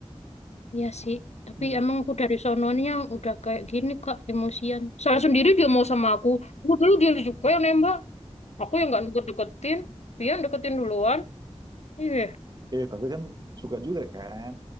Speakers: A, on the left (about 70°); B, on the right (about 35°).
A: Iya sih, tapi
B: hmm.
A: emang aku dari sononya udah kayak gini Kak, emosian. Salah sendiri dia mau sama aku. Aku dulu dia juga yang nembak. Aku yang nggak deket-deketin, dia yang deketin duluan. Iya,
B: eh tapi kan suka juga kan